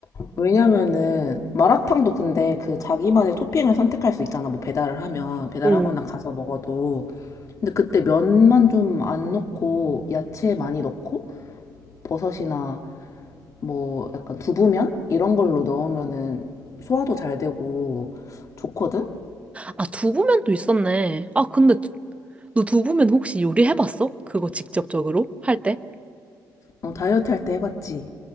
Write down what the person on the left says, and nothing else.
왜냐면은 마라탕도 근데 그 자기만의 토핑을 선택할 수 있잖아. 뭐 배달을 하면
배달하거나
가서 먹어도. 근데 그때 면만 좀 안 넣고 야채 많이 넣고 버섯이나 뭐 약간 두부면 이런 걸로 넣으면은 소화도 잘 되고 좋거든.
어, 다이어트 할 때 해봤지.